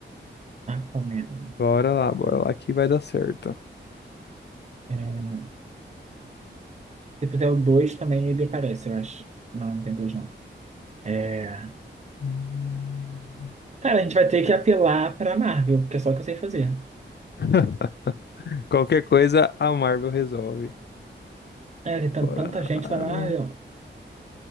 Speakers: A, on the right; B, on the left.
A: Aquaman.
B: Bora lá, bora lá que vai dar certo.
A: É, se fizer o 2 também ele aparece, eu acho. Não, não tem dois não. É...
B: Hum.
A: Cara, a gente vai ter que apelar pra Marvel, porque é só o que eu sei fazer.
B: <laughs> Qualquer coisa a Marvel resolve.
A: É, ele tem
B: Bora
A: tanta gente da Marvel.
B: lá.